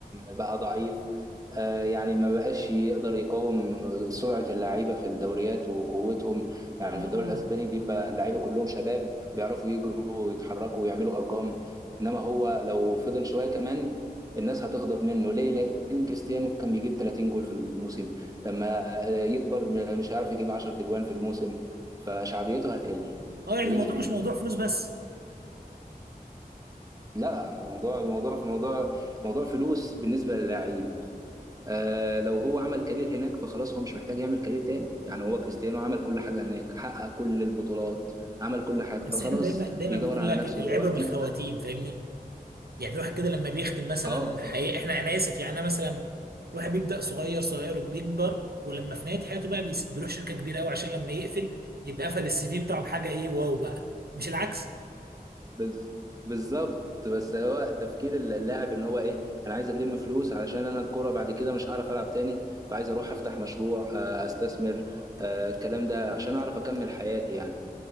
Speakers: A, on the right; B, on the right.
A: بقى ضعيف آه، يعني ما بقاش يقدر يقاوم سرعة اللعيبة في الدوريات وقوتهم يعني
B: اه
A: في الدوري الأسباني بيبقى اللعيبة كلهم شباب بيعرفوا يجروا ويتحركوا ويعملوا أرقام إنما هو لو فضل شوية كمان الناس هتغضب منه ليه؟ لأن كريستيانو كان بيجيب 30 جول في الموسم لما آه، يكبر مش هيعرف يجيب 10 تجوان في الموسم فشعبيته هتقل
B: اه يعني
A: فدي
B: الموضوع
A: الفكرة
B: مش موضوع فلوس بس
A: لا الموضوع الموضوع في موضوع موضوع فلوس بالنسبه للاعيب آه لو هو عمل كارير هناك فخلاص هو مش محتاج يعمل كارير تاني يعني هو كريستيانو عمل كل حاجه هناك حقق كل البطولات عمل كل حاجه
B: بس
A: فخلاص
B: احنا دايما دايما
A: بيدور
B: بنقول
A: على
B: لك
A: نفسه
B: العبره
A: دلوقتي
B: بالخواتيم فاهمني يعني الواحد كده لما بيختم مثلا
A: اه ف-
B: حقيقة احنا انا اسف يعني انا مثلا الواحد بيبدأ صغير صغير وبيكبر ولما في نهاية حياته بقى بيس- بيروح شركة كبيرة قوي عشان لما يقفل يبقى قفل السي في بتاعه بحاجة ايه واو بقى مش العكس
A: بز- بالظبط بس هو تفكير اللاعب ان هو ايه انا عايز اجيب فلوس علشان انا الكوره بعد كده مش هعرف العب تاني فعايز اروح افتح مشروع آه استثمر آه الكلام ده عشان اعرف اكمل حياتي يعني